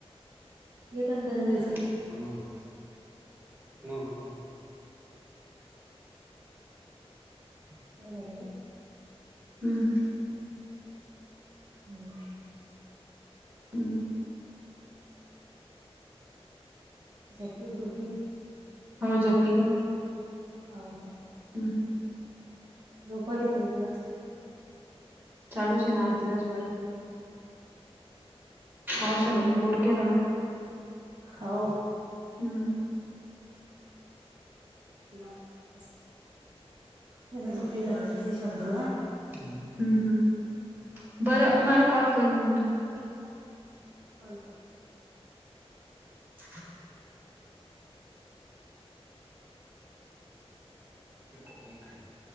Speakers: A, on the right; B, on the right.
A: येताना दरवेळेस
B: येतान. गप कुलूप लाऊन जा.
A: काय झालं ग?
B: हम् हम.
A: हम.
B: हमं.
A: जर फोटो ठेवून.
B: हो झोपली का?
A: हो का.
B: हं हं.
A: झोप आली का काय तुला?
B: चालूच आहे ना आज दिवसभर. पावसाने
A: थकली
B: पण
A: वाटत?
B: बोर केला ना
A: हो.
B: हम्म
A: हेला झोप हेला झोपी घालायचं. ते शंभूला.
B: हम्म हम्. बरं मला कॉल कर मग तू. परत
A: चाल
B: <unintelligible> तिकडून एक आहे.